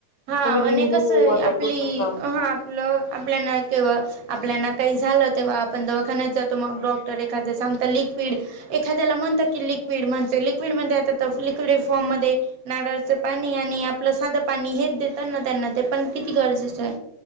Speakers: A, on the right (about 70°); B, on the left (about 70°).
A: हां
B: तुम्ही
A: आणि
B: लिंबू
A: कसंय
B: वॉटर
A: आपली
B: घेऊ शकता
A: हां पल आपल्या ना तेव्हा आपल्याना काही झालं तेव्हा आपण दवाखान्यात जातो मग डॉक्टर ये एखाद सांगता लिक्विड एखाद्याला म्हणतात की लिक्विड म्हणज लिक्विडमध्ये आता त लिक्विड फॉर्म मध्ये नाराळाचं पाणी आणि आपलं साधं पाणी हेच देताना त्यांना ते पण किती गरजेचं आहे.